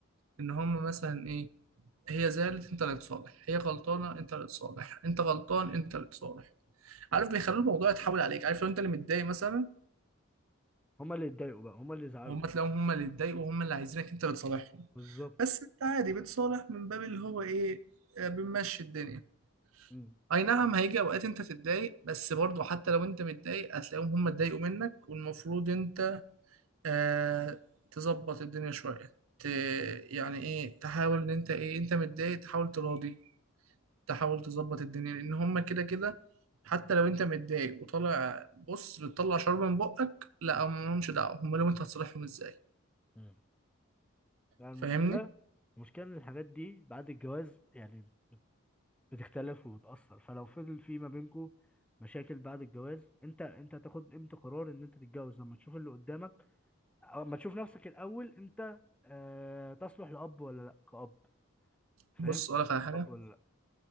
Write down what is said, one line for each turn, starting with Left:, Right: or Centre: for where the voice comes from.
Right: ان هم مثلا ايه هي زعلت انت اللي تصالح هي غلطانه انت اللي تصالح انت غلطان انت اللي تصالح عارف بيخلوا الموضوع يتحول عليك عارف لو انت اللي متضايق مثلا
Centre: هما اللي اتضايقوا بقى هما اللي زعلوا
Right: هم تلاقيهم هم اللي اتضايقوا وهم اللي عايزينك انت اللي تصالحهم
Centre: بالظبط
Right: بس انت عادي بتصالح من باب اللي هو ايه آه، بنمشي الدنيا
Centre: امم
Right: اي نعم هيجي اوقات انت تتضايق بس برضه حتى لو انت متضايق هتلاقيهم هم اتضايقوا منك والمفروض انت آه تظبط الدنيا شوية ت... يعني ايه تحاول ان انت ايه انت متضايق تحاول تراضي تحاول تظبط الدنيا لان هم كده كده حتى لو انت متضايق وطالع بص بتطلع شرب من بقك لا هم لهمش دعوة هم لهم انت هتصالحهم ازاي
Centre: مم. يعني المشكلة
Right: فاهمني
Centre: المشكلة ان الحاجات دي بعد الجواز يعني بتختلف وبتأثر فلو فضل في ما بينكو مشاكل بعد الجواز انت انت هتاخد امتى قرار ان انت تتجوز لما تشوف اللي قدامك او لما تشوف نفسك الاول انت آه تصلح لأب ولا لا كأب فاهم
Right: بص اقول لك على حاجة
Centre: تقبل